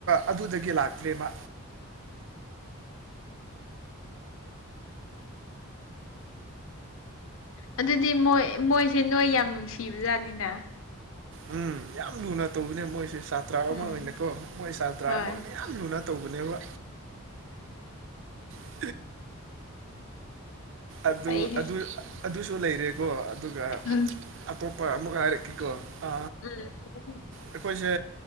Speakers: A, on the right; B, on the left.
A: ꯑꯗꯨꯒ ꯗꯒꯤ ꯂꯥꯛꯇ꯭ꯔꯦꯃ
B: ꯑꯗꯨꯗꯤ ꯃꯣꯏ ꯃꯣꯏꯁꯦ ꯅꯣꯏ ꯌꯥꯝ ꯅꯨꯡꯁꯤꯕꯖꯥꯠꯅꯤꯅ
A: ꯎꯝ ꯌꯥꯝ ꯂꯨꯅ ꯇꯧꯕꯅꯦ ꯃꯣꯏꯁꯦ ꯁꯥꯇ꯭ꯔ ꯑꯃ
B: ꯎꯝ
A: ꯑꯣꯏꯅꯀꯣ ꯃꯣꯏ ꯁꯥꯇ꯭ꯔ
B: ꯍꯣꯏ
A: ꯑꯃ ꯑꯣꯏꯅ ꯌꯥꯝ ꯂꯨꯅ ꯇꯧꯕꯅꯦꯕ ꯎꯝ ꯑꯗꯨ
B: ꯐꯩꯅꯦ
A: ꯑꯗꯨ ꯑꯗꯨꯁꯨ ꯂꯩꯔꯦ ꯀꯣ ꯑꯗꯨꯒ
B: ꯎꯝ
A: ꯑꯇꯣꯞꯄ ꯑꯃꯨꯛ ꯍꯥꯏꯔꯛꯀꯀꯣ ꯑ
B: ꯎꯝ
A: ꯑꯩꯈꯣꯏꯁꯦ